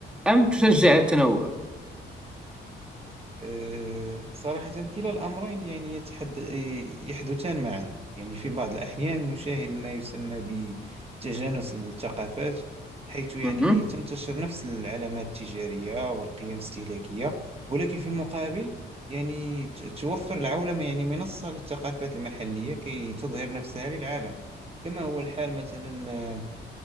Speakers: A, in the centre; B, on the right.
A: أم تشجع على التنوع؟
B: آه، صراحة كلا الأمرين يعني يتحد... يحدثان معا يعني في بعض الأحيان نشاهد ما يسمى بتجانس الثقافات حيث يعني
A: مهم.
B: تنتشر نفس العلامات التجارية والقيم الاستهلاكية ولكن في المقابل يعني ت- توفر العولمة يعني منصة للثقافات المحلية كي تظهر نفسها للعالم كما هو الحال مثلا